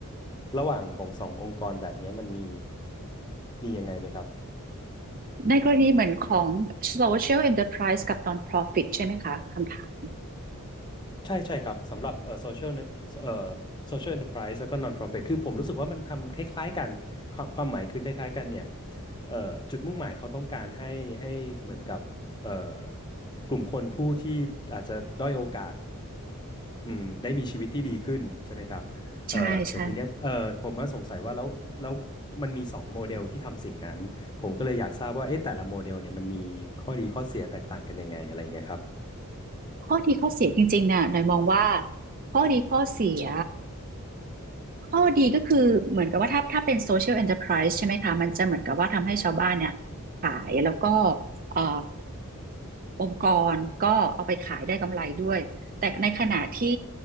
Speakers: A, on the left; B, on the right.
A: ระหว่างของสององค์กรแบบเนี้ยมันมีมียังไงไหมครับ
B: ในกรณีเหมือนของ social enterprise กับ non-profit ใช่ไหมคะคำถาม
A: ใช่ใช่ครับสำหรับเอ่อโซเชียลเนี่ยเอ่อโซเชียลเอนตอร์สแล้วก็นอน profit คือผมรู้สึกว่ามันทำคล้ายๆกันความความหมายคือคล้ายๆกันเนี่ยเอ่อจุดมุ่งหมายเขาต้องการให้ให้เหมือนกับเอ่อกลุ่มคนผู้ที่อาจจะด้อยโอกาสอืมได้มีชีวิตที่ดีขึ้นใช่ไหมครับเอ่อแต่ทีเนี้ยเอ่อผมก็สงสัยว่าแล้วแล้ว
B: ใช่ใช่
A: มันมีสองโมเดลที่ทำสิ่งนั้นผมก็เลยอยากทราบว่าเอ๊ะแต่ละโมเดลเนี่ยมันมีข้อดีข้อเสียแตกต่างกันยังไงอะไรเงี้ยครับ
B: ข้อดีข้อเสียจริงๆน่ะหน่อยมองว่าข้อดีข้อเสีย ข้อดีก็คือเหมือนกับว่าถ้าถ้าเป็น social enterprise ใช่ไหมคะมันจะเหมือนกับว่าทำให้ชาวบ้านเนี่ยขายแล้วก็เอ่อองค์กรก็เอาไปขายได้กำไรด้วยแต่ในขณะที่